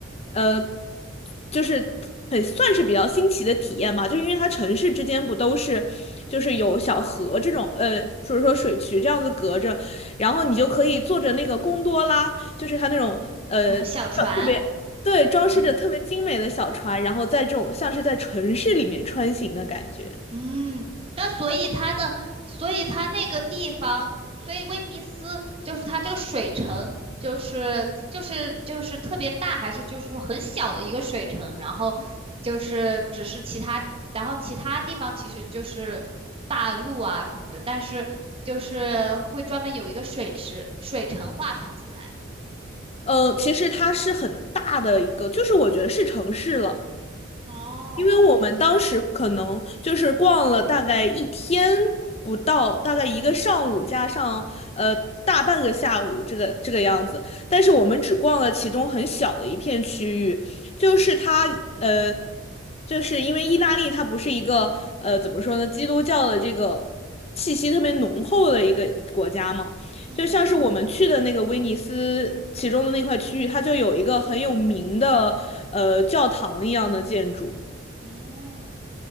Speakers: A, on the left; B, on the right.
A: 呃，就是很算是比较新奇的体验嘛，就是因为它城市之间不都是就是有小河这种呃，所以说水渠这样子隔着，然后你就可以坐着那个贡多拉，就是它那种呃。
B: 嗯，小船。
A: 特别。对，装饰着特别精美的小船，
B: 嗯。
A: 然后在这种像是在城市里面穿行的感觉。
B: 嗯，那所以它的，所以它那个地方，所以威尼斯就是它这个水城，就是就是就是特别大，还是就是说很小的一个水城，然后就是只是其他，然后其他地方其实就是大陆啊什么的，但是就是会专门有一个水池，水城划分出来。
A: 呃，其实它是很大的一个，就是我觉得是城市了，
B: 哦，
A: 因为我们当时可能就是逛了大概一天不到，大概一个上午加上呃大半个下午，这个这个样子。但是我们只逛了其中很小的一片区域，就是它呃，就是因为意大利它不是一个呃怎么说呢，基督教的这个气息特别浓厚的一个国家嘛。
B: 嗯，
A: 就像是我们去的那个威尼斯其中的那块区域，它就有一个很有名的呃教堂一样的建筑。
B: 哦。